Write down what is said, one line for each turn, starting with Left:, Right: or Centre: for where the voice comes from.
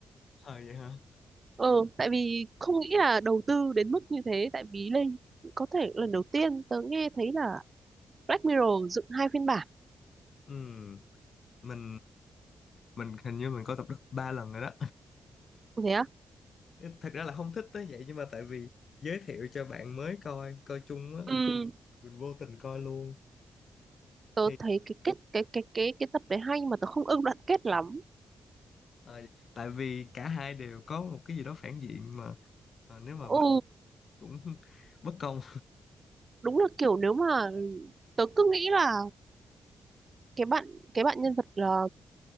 Left: à, vậy hả
Right: ờ tại vì không nghĩ là đầu tư đến mức như thế tại vì lên có thể lần đầu tiên tớ nghe thấy là Black Mirror dựng hai phiên bản
Left: Ừm, mình mình hình như mình coi tập đó ba lần rồi đó
Right: Có thế á
Left: <laughs> thật ra là không thích tới vậy nhưng mà tại vì giới thiệu cho bạn mới coi coi chung á
Right: ừ,
Left: mình vô tình coi luôn
Right: tớ
Left: thì
Right: thấy cái kết cái cái cái cái tập đấy hay mà tớ không ưng đoạn kết lắm
Left: ờ, tại vì cả hai đều có một cái gì đó phản diện mà ờ, nếu mà bên
Right: ừ
Left: cũng <laughs> bất công
Right: đúng là kiểu nếu mà tớ cứ nghĩ là cái bạn cái bạn nhân vật là